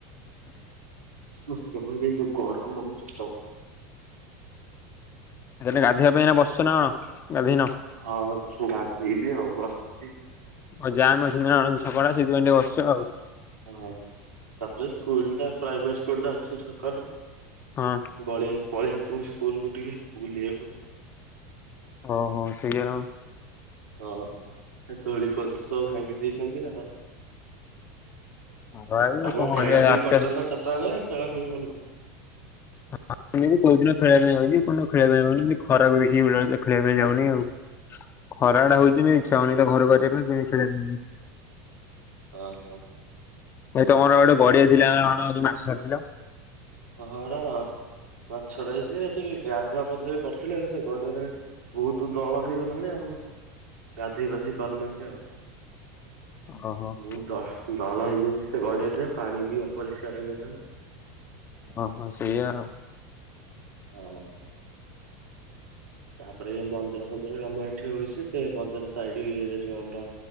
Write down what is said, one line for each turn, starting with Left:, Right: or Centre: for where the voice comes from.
Right: ଉ ସବୁ ଯୋଉ ଗରମ ହଉଛି ପ୍ରଭୁ।
Left: ଆ ଗାଧୋଇବା ପାଇଁ ଏ ବସିଚ ନା କଣ ଗାଧୋଇନ?
Right: ହଁ ଛୁଆତି ହେଇବି ଆଉ ବସିଚି।
Left: ଆଉ ଯା ମ <unintelligible> ବସିଚ ଆଉ।
Right: ଓ ତାପରେ ସ୍କୁଲ ଟା ପ୍ରାଇମେ ସ୍କୁଲ ଟା ଅଛି ଛକରେ।
Left: ହଁ।
Right: ବଳିଆ ପଳେଇ ଆସିି ଥିନି ସ୍କୁଲକୁ ଟିକେ ବୁଲିଆକୁ।
Left: ଓହୋ! ସେଇଆ ଆଉ।
Right: ହଁ ହଁ ସେ ଦୋଳି ଫୋଳି ତ ସବୁ ଭାଙ୍ଗି ଦେଇେଚନ୍ତି ଆଉ।
Left: ହଁ ଭାଇ
Right: ଆଉ କଣ ଖେଳା
Left: କରିବା
Right: ଖୋଳି
Left: ଆସ୍ତେ
Right: କରିଚ
Left: ଆସ୍ତେ
Right: ନା ଚାଟା ବେଳେ ଖେଳା ଖେଳି କରିନ
Left: ହଁ ଏମତି କୋଉଦିନ ଖେଳିଆ ପାଇଁ ଯାଉଛି କୋଉଦିନ ଖେଳିଆ ପାଇଁ ପାଉନି ଖରାକୁ ଦେଖି ବେଳେ ଖେଳିଆ ପାଇଁ ଯାଉନି ଆଉ। ଖରାଟା ହଉଚି ନି
Right: ଆଚ୍ଛା
Left: ଇଛା ହଉନି
Right: ଆଚ୍ଛା
Left: ତ ଘରୁ ବାହାରିଆ ପାଇଁ କେମତି ଖେଳିଆ
Right: ହଁ ହୋ ହୋ।
Left: ହେ ତମର ଗୋଟେ ଗଡିଆ ଥିଲା ନା କଣ କି ମାସ ଛାଡିଥିଲ।
Right: ହଁ ରଅ ମାଛଡା ହେଇଚି ଯେ ସେଠି ଗାଧୁଆ ପାଧୁଆ ବି କରିଥିଲେ ସେ ଗଡିଆରେ ବହୁତୁ ଦଳ ହେଇଗଲାଣି ଆଉ ଗାଧେଇ ପାଧେଇ କରନାହାନ୍ତି ଆଉ।
Left: ଅ ହ
Right: ବହୁତ ଦହ ଦଳ ହେଇଯାଇଛି ସେ ଗଡିଆ ଟାରେ ପାଣି ବି ଅପରିଷ୍କାର ହେଇଗଲାଣି।
Left: ଅହ ସେଇଆ ଆଉ।
Right: ଆ ଆଉ। ତାପରେ ଯଉ ମନ୍ଦିର ଫନ୍ଦିର ରାମ ଏଠି ରଉଛି ସେ ମନ୍ଦିର ସାଇଡ ରେ ଏଠି ଆମର